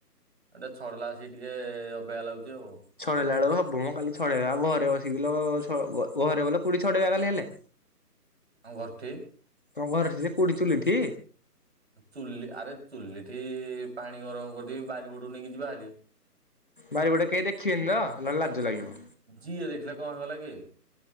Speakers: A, on the right (about 40°); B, on the left (about 30°).
A: ଏଟା ଛାଡେଇଲା ବେସିକି ଟିକେ ଅବାଗିଆ ଲାଗୁଛି ଆଉ।
B: ଛଡେଇଲା ବେଳକୁ ହବମ କାଲି ଛଡେଇବା ଘରେ ବସିକି ଘରେ <inaudible> କୁଡି ଛଡେଇବା କାଲି ହେଲେ।
A: ଆମ ଘରଠୀ।
B: ତମ ଘରେଠି ଯେ କୋଉଠି ଚୁଲିଠି।
A: ଚୁଲି ଆରେ ଚୁଲି ଠି ପାଣି ଗରମ କରିଦେକି ବାରିପଟୁ ନେଇକି ଯିବାଭାରି।
B: ବାରିପଟେ କେହି ଦେଖିବେନି ତ ନହେଲେ ଲାଜ ଲାଗିବ।
A: ଯିଏ ଦେଖିଲେ କଣ ହେଇଗଲା କି